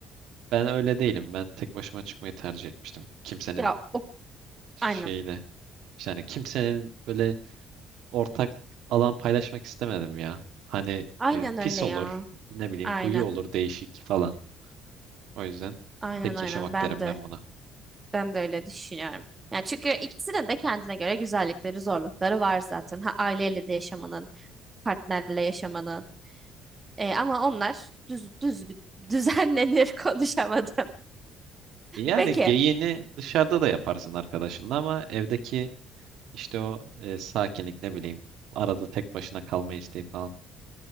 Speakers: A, on the right; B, on the right.
A: ben öyle değilim ben tek başıma çıkmayı tercih etmiştim kimsenin
B: Ya o
A: şeyle
B: aynen.
A: yani kimsenin böyle ortak alan paylaşmak istemedim ya hani
B: Aynen
A: e, pis
B: öyle ya.
A: olur ne bileyim
B: Aynen.
A: huyu olur değişik falan o yüzden
B: Aynen
A: tek
B: aynen
A: yaşamak
B: ben
A: derim
B: de
A: ben buna.
B: ben de öyle düşünüyorum. Yani çünkü ikisinin de kendine göre güzellikleri, zorlukları var zaten. Ha aileyle de yaşamanın, partnerle yaşamanın. E, ama onlar düz, düz, düzenlenir <laughs> konuşamadım.
A: E, Yani
B: Peki
A: geyiğini dışarıda da yaparsın arkadaşınla ama evdeki işte o e, sakinlik ne bileyim arada tek başına kalma isteği falan